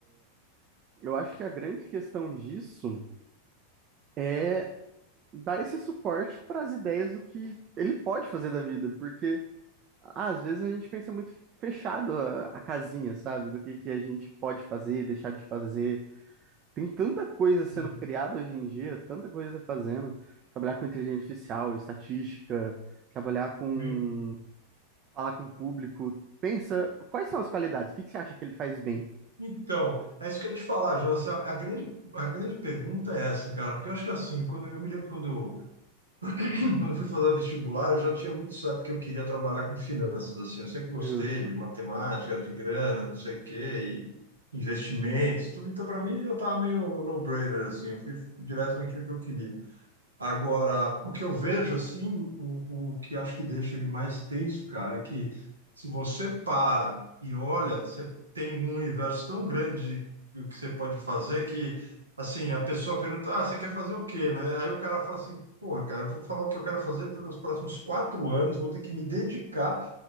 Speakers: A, on the right; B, on the right.
A: eu acho que a grande questão disso é dar esse suporte para as ideias do que ele pode fazer da vida, porque ah, às vezes a gente pensa muito fechado a, a casinha, sabe? Do que que a gente pode fazer, deixar de fazer. Tem tanta coisa sendo
B: uhum.
A: criada hoje em dia, tanta coisa fazendo. Trabalhar com inteligência artificial, estatística, trabalhar com
B: Sim.
A: falar com o público. Pensa, quais são as qualidades? O que que você acha que ele faz bem?
B: Então, é isso que eu ia te falar, João. A grande, a grande pergunta é essa, cara, porque eu acho que assim, quando eu me lembro quando <clears throat> Quando eu fui fazer vestibular, eu já tinha muito certo que eu queria trabalhar com finanças, assim, eu sempre gostei
A: Justo.
B: de matemática, de grana, não sei o quê, e investimentos, tudo. Então, para mim, já estava meio no-brainer, assim, eu fui direto naquilo que eu queria. Agora, o que eu vejo assim, o, o que acho que deixa ele mais tenso, cara, é que se você para e olha, você tem um universo tão grande de o que você pode fazer que, assim, a pessoa pergunta, ah, você quer fazer o quê, né? Aí o cara fala assim, porra, cara, eu vou falar o que eu quero fazer pelos próximos quatro anos, vou ter que me dedicar